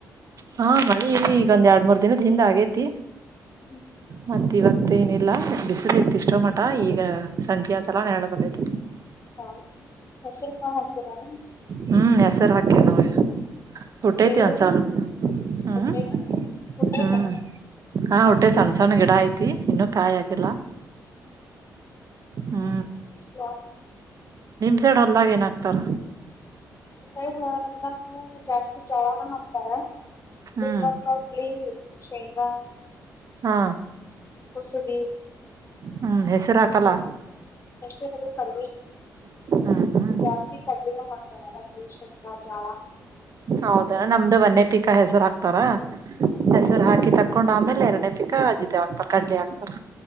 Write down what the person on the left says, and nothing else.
ಹ್ಮ್
ಹೌ ಹೆಸರು ಕ ಹೋಗತೀರಣ
ಬೆಳಿಗ್ಗೆ
ಹುಟ್ಟೈತೇನ ಹುಟ್ಟೈತೇನ
ಹ್ಮ್
ಹ
ಸ ಹದ ಜಾಸ್ತಿ ಜವಾನ ಹಾಕ್ತಾರೆ
ಬಿಟ್ರ ಕಡ್ಲಿ ಶೇಂಗಾ
ಕುಸುಬಿದು
ಕಡ್ಮ
ಜಾಸ್ತಿ ಕಡ್ಲೆ ಹಾಕ್ತಾರೆ ಕಡ ಶೇಂಗರ ಜಳ